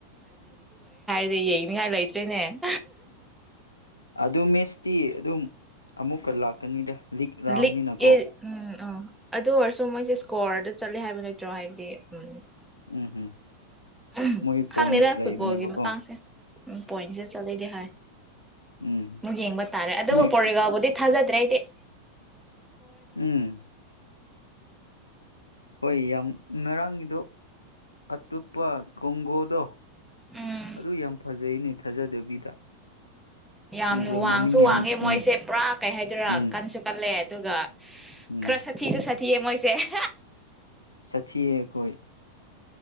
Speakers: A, in the centre; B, on the left.
A: ꯁꯤ ꯌꯦꯡꯅꯤꯡꯉꯥꯏ ꯂꯩꯇ꯭ꯔꯦꯅꯦ
B: ꯑꯗꯨꯗ ꯃꯦꯁꯇꯤ ꯑꯗꯨ ꯑꯗꯨꯝ ꯑꯃꯨꯛꯀ ꯂꯥꯛꯀꯅꯤꯗ ꯔꯥꯎꯟꯅꯤꯅꯀꯣ
A: ꯂꯤꯛ ꯎꯝ ꯎꯝ ꯑꯗꯨ ꯑꯣꯏꯔꯁꯨ ꯃꯣꯏꯁꯦ ꯏꯁꯀꯣꯔꯗ ꯆꯠꯂꯤꯦ ꯍꯥꯏꯕ ꯅꯠꯇ꯭ꯔꯣ ꯍꯥꯏꯕꯗꯤ ꯎꯝ
B: ꯎꯝ ꯎꯝ
A: ꯎ
B: ꯃꯣꯏ ꯄꯣꯏꯟꯁ
A: ꯈꯪꯅꯤꯦꯗ
B: ꯂꯩꯕꯅꯦꯕꯀꯣ
A: ꯐꯨꯠꯕꯣꯜꯒꯤ ꯃꯇꯥꯡꯁꯦ ꯎ ꯄꯣꯏꯟꯁꯦ ꯆꯠꯂꯗꯤ ꯍꯥꯏ
B: ꯎꯝ
A: ꯑꯃꯨꯛ ꯌꯦꯡꯕ ꯇꯥꯔꯦ ꯑꯗꯨꯒ
B: ꯃꯣꯏ
A: ꯄꯣꯔꯦꯒꯥꯎꯕꯨꯗꯤ ꯊꯥꯖꯗꯦ ꯑꯗꯨ꯭ꯔꯥꯏꯦ
B: ꯎꯝ ꯍꯣꯏ ꯌꯥꯝ ꯉꯔꯥꯡꯒꯤꯗꯣ ꯑꯇꯣꯞꯄ ꯀꯣꯡꯒꯣꯗꯣ
A: ꯎꯝ
B: ꯑꯗꯨ ꯌꯥꯝ ꯐꯖꯩꯅꯦ ꯊꯥꯖꯗꯕꯤꯗ
A: ꯌꯥꯝꯅ
B: ꯀꯣꯡꯒꯣ
A: ꯋꯥꯡꯁꯨ
B: ꯃꯃꯤꯡ ꯌꯥꯝ
A: ꯋꯥꯡꯉꯦ ꯃꯣꯏꯁꯦ
B: ꯎꯝ
A: ꯄꯨꯔꯥ ꯀꯩ ꯍꯥꯏꯗꯣꯏꯔꯥ
B: ꯎꯝ
A: ꯀꯟꯁꯨ ꯀꯜꯂꯦ ꯑꯗꯨꯒ
B: ꯎꯝ
A: ꯈꯔ ꯁꯥꯊꯤꯁꯨ ꯁꯥꯊꯤꯌꯦ ꯃꯣꯏꯁꯦ ꯎꯝ
B: ꯁꯥꯊꯤꯌꯦ ꯑꯩꯈꯣꯏ